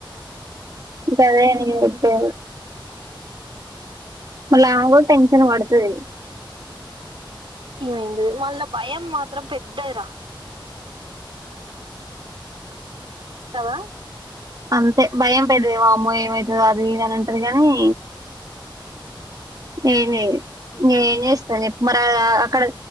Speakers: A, on the right; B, on the right.
A: ఇకాదే ఎతే మళ్ళ అమెకూడా టెన్షన్ పడుతది
B: ఏమైంది మళ్ళ భయం మాత్రం పెద్దదిరా కవ
A: అంతే భయం పెద్దది మా వామ్మో ఏమవుతుందో అది ఇదని అంటారు నీ న నేను చేస్తాను మరి అక్కడ